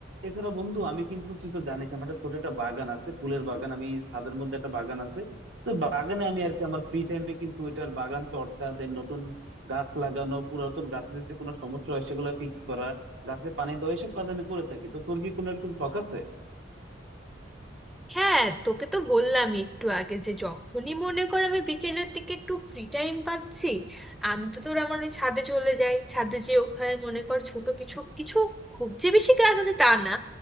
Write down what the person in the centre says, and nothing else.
হ্যাঁ তোকে তো বললাম একটু আগে যে যখনই মনে কর আমি বিকেলের দিকে একটু ফ্রি টাইম পাচ্ছি আমি তো তোর আমার ওই ছাদে চলে যাই ছাদে যে ওখানে মনে কর ছোট কিছু কিছু খুব যে বেশি গাছ আছে তা না